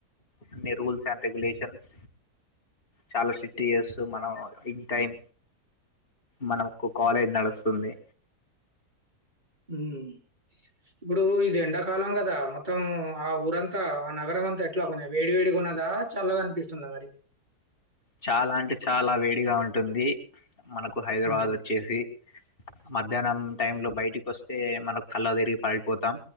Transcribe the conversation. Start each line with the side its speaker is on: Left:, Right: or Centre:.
Left: అన్ని రూల్స్ అండ్ రెగ్యులేషన్స్ చాలా స్ట్రిక్ట్ చేస్తూ మనం ఇన్ టైం మనకు కాలేజ్ నడుస్తుంది
Right: ఉమ్ ఇప్పుడు ఇది ఎండాకాలం కదా మొత్తం ఆ ఊరంతా ఆ నగరం అంతా ఎట్లా కొంచం వేడి వేడిగా ఉన్నదా చ చల్లగా అనిపిస్తుందా మరి
Left: చాలా అంటే చాలా వేడిగా ఉంటుంది మనకు హైదరాబాద్
Right: హ్మ్.
Left: ఓచ్చేసి మధ్యాహ్నం టైంలో బయటకి వస్తే మనం కళ్ళ తిరిగి పడిపోతాం.